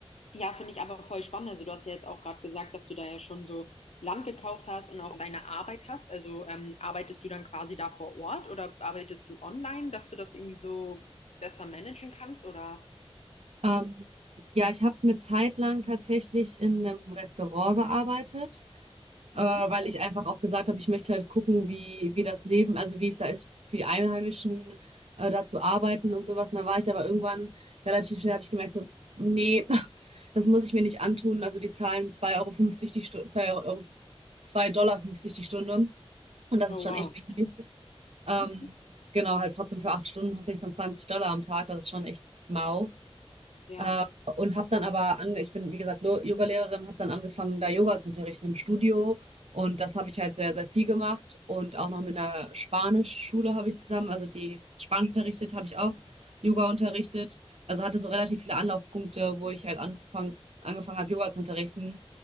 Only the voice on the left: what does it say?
ja, finde ich aber voll spannend. Also du hast ja jetzt auch gerade gesagt, dass du da ja schon so Land gekauft hast und auch deine Arbeit hast. Also ähm, arbeitest du dann quasi da vor Ort oder arbeitest du online, dass du das irgendwie so besser managen kannst oder?
Mhm.
Oh,
wow.
<laughs>
Ja,